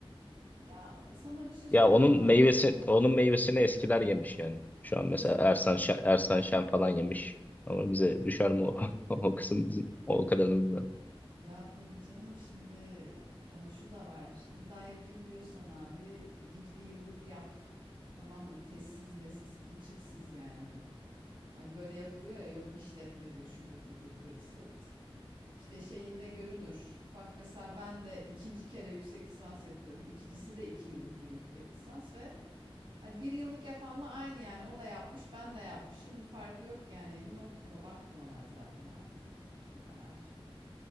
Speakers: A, on the right (about 55°); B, on the left (about 15°).
A: Ya sana bir şey söyleyeyim
B: Ya onun
A: mi abi.
B: meyvesi
A: Hı hı.
B: onun meyvesini eskiler yemiş yani. Şu an
A: Kesinlikle.
B: mesela Ersan Şen, Ersan Şen falan yemiş. Ama bize
A: Tabii
B: düşer
A: tabii.
B: mi o, <laughs> o kısım bizim o kadarını bilmiyorum.
A: Ya tabii canım şimdi hani şu da var. İlla yapayım diyorsan abi git bir yıllık yap. Tamam mı? Tezsiz nesiz kılçıksız yani. Hani böyle yapılıyor ya yok işletmedir şudur budur vırt zırt. İşte şeyinde görünür. Bak mesela ben de ikinci kere yüksek lisans yapıyorum. İkincisi de iki yıllık bir yüksek lisans ve Hani bir yıllık yapanla aynı yani o da yapmış ben de yapmışım bir farkı yok yani emin ol ki buna bakmıyorlar zaten artık o kadar.